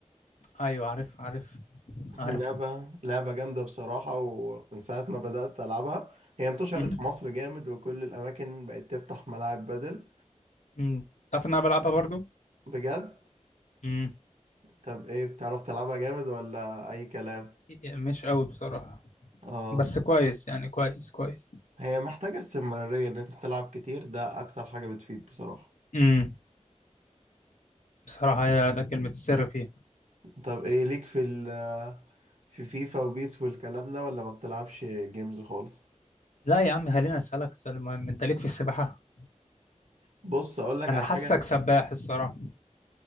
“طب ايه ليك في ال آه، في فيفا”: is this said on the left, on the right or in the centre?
Right